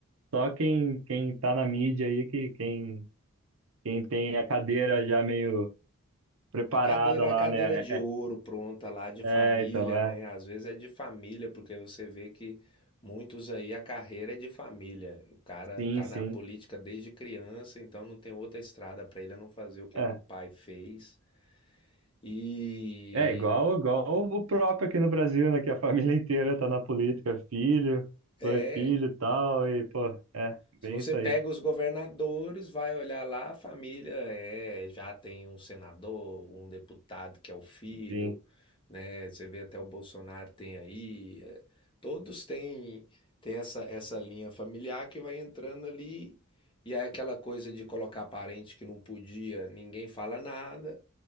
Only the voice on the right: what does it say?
só quem, quem tá na mídia aí, que, quem, quem tem a cadeira já meio preparada
lá,
né?
É,
é, é, então,
é.
Sim,
sim.
É.
É igual, igual o próprio aqui no Brasil, né? Que a família <laughs> inteira tá na política, filho,
dois filhos e tal, e, pô, é,
bem
isso
aí.
Sim,